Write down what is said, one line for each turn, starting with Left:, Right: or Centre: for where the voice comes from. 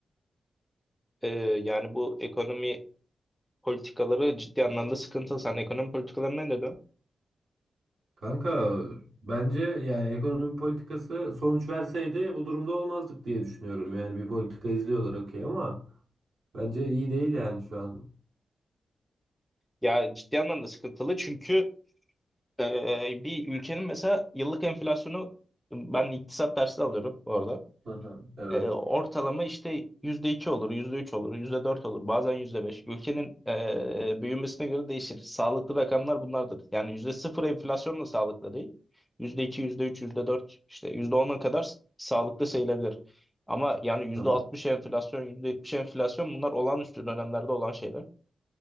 Centre: Ee, yani bu ekonomi politikaları ciddi anlamda sıkıntılı. Sen ekonomi politikaları ne dedin?
Right: Kanka bence yani ekonomi politikası sonuç verseydi bu durumda olmazdık diye düşünüyorum. Yani bir politika izliyorlar okey ama bence iyi değil yani şu an.
Centre: Ya ciddi anlamda sıkıntılı çünkü e, bir ülkenin mesela yıllık enflasyonu ben iktisat dersi alıyorum orada.
Right: Hı hı, Evet.
Centre: E, ortalama işte yüzde iki olur, yüzde üç olur, yüzde dört olur, bazen yüzde beş. Ülkenin e, büyümesine göre değişir. Sağlıklı rakamlar bunlardır. Yani yüzde sıfır enflasyon da sağlıklı değil. Yüzde iki, yüzde üç, yüzde dört, işte yüzde ona kadar s- sağlıklı sayılabilir. Ama yani yüzde
Right: Tamam.
Centre: altmış enflasyon, yüzde yetmiş enflasyon bunlar olağanüstü dönemlerde olan şeyler.